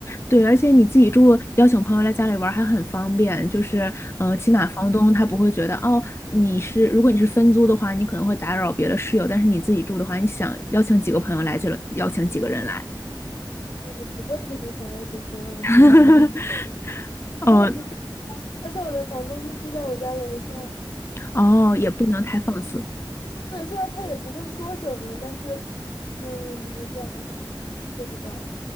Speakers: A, on the left; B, on the left.
A: 对，而且你自己住，邀请朋友来家里玩儿还很方便，就是，呃，起码房东他不会觉得，哦，你是，如果你是分租的话，你可能会打扰别的室友，但是你自己住的话，你想邀请几个朋友来就了邀请几个人来，
B: 我不会太经常邀请朋友来，
A: <laughs>
B: <laughs> 我也不是，
A: 哦
B: 而且我的房东就住在我家楼上，
A: 哦，也不能太放肆。
B: 对，虽然他也不会说什么，但是，嗯，怎么讲呢？不知道。